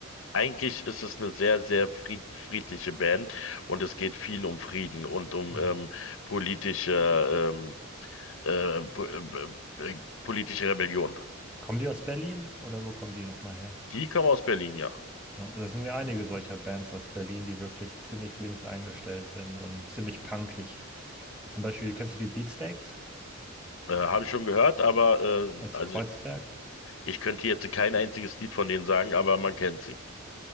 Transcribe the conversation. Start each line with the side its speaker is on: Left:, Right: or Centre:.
Left: eigentlich ist es eine sehr, sehr fried friedliche Band und es geht viel um Frieden und um
Centre: Mhm.
Left: ähm, politische, ähm, äh, po äh, äh, politische Rebellion.
Centre: Kommen die aus Berlin oder wo kommen die nochmal her?
Left: Die kommen aus Berlin, ja.
Centre: Ja, das sind ja einige solcher Bands aus Berlin, die wirklich ziemlich links eingestellt sind und ziemlich punkig. Zum Beispiel, kennst du die Beatsteaks
Left: Äh, habe ich schon gehört, aber äh,
Centre: aus
Left: also
Centre: Kreuzberg?
Left: ich, ich könnte jetzt kein einziges Lied von denen sagen, aber man kennt sie.